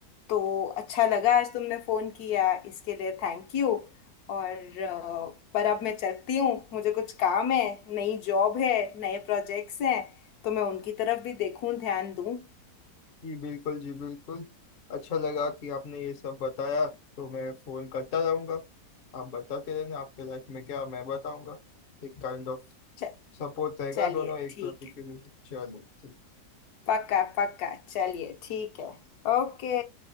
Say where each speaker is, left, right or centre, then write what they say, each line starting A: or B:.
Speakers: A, on the left; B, on the left.
A: तो अच्छा लगा आज तुमने फ़ोन किया इसके लिए थैंक यू और अ, पर अब मैं चलती हूँ मुझे कुछ काम है नई जॉब है नए प्रोजेक्ट्स हैं तो मैं उनकी तरफ भी देखूं ध्यान दूं
B: जी बिल्कुल जी बिल्कुल अच्छा लगा कि आपने ये सब बताया तो मैं फोन करता रहूंगा आप बताते रहना आपके लाइफ में क्या मैं बताऊंगा एक काइंड ऑफ
A: च-
B: सपोर्ट रहेगा
A: चलिए
B: दोनों एक
A: ठीक
B: प्रति
A: है
B: के बीच चलो ठीक
A: पक्का पक्का चलिए ठीक है ओके